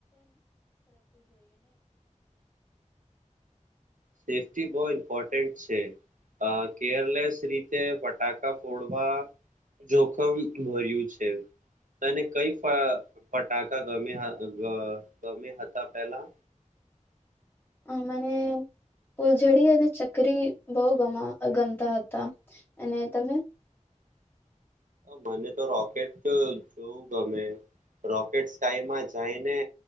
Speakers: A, on the right; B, on the left.
A: સેફ્ટી બો ઇમ્પોર્ટન્ટ છે અ કેરલેસ રીતે ફટાકા ફોડવા જોખમ ભર્યું છે અને કઈ અ ફટાકા ગમ્યા ગ ગમ્યા હતા પેલા?
B: અ મને ફૂલઝડી અને ચકરી બઉ ગમ. આ ગમતા હતા અને તમે.
A: મને તો રોકેટ જ. બઉ ગમે રોકેટ સ્કાયમાં જાયને